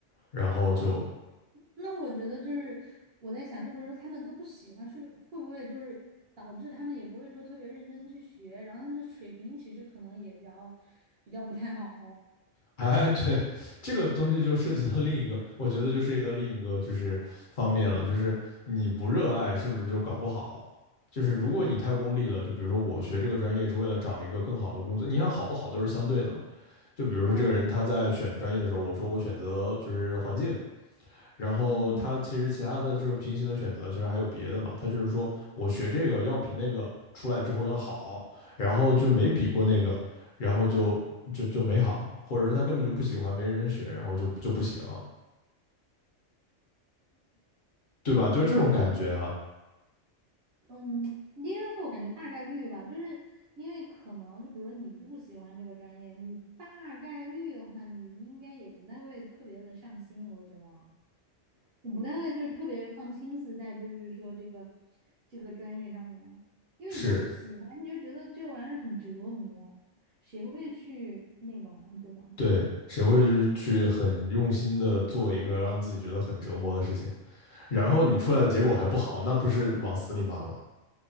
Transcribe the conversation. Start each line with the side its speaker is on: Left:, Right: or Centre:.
Left: 然后就。
Right: 那我觉得就是我在想，就比如说他们都不喜欢，是会不会就是导致他们也不会说特别认真的去学，然后他们的水平其实可能也比较比较不太好。
Left: 哎，<laughs> 对，这个东西就涉及到另一个，我觉得就涉及到另一个就是方面了，就是你不热爱是不是就搞不好？就是如果你太功利了，就比如说我学这个专业是为了找一个更好的工作，你想好不好都是相对的嘛。就比如说这个人他在选专业的时候，
Right: 对啊，
Left: 我说我选择就是环境，然后他其实其他的就是平行的选择，
Right: 嗯，
Left: 其实还有别的嘛。他就是说我学这个要比那个出来之后要好，然后就没比过那个，然后就就就没好，或者是他根本就不喜欢，没人学，然后就就不行，对吧？就这种感觉啊，
Right: 我觉得，嗯，因为我感觉大概率吧，就是因为可能就比如你不喜欢这个专业，你大概率的话，你应该也不太会特别的上心，我觉得啊。你不太会就是特别放心思在就是说这个这个专业上面，因为你都不喜欢，
Left: 是
Right: 你就觉得这玩意儿很折磨，谁会去那个嘛，对吧？
Left: 对。谁会去去很用心的做一个让自己觉得很折磨的事情，然后你出来的结果还不好，那不是往死里骂吗？